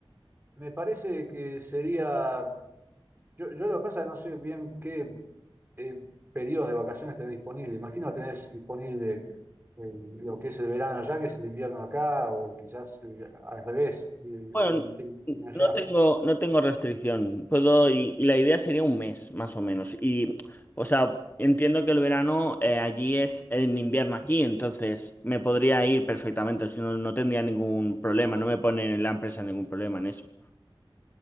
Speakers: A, on the right; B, on the left.
A: me parece que sería, yo, yo lo que pasa no sé bien qué eh, periodos de vacaciones tenés disponible. Imagino que tenés disponible el- lo que es el verano allá, que es el invierno acá, o quizás eh, al revés, el,
B: Bueno,
A: el- el invierno allá.
B: no tengo, no tengo restricción. Puedo, y, y la idea sería un mes, más o menos. Y, o sea, entiendo que el verano eh, allí es en invierno aquí, entonces me podría ir perfectamente. si No, no tendría ningún problema. No me ponen en la empresa ningún problema en eso.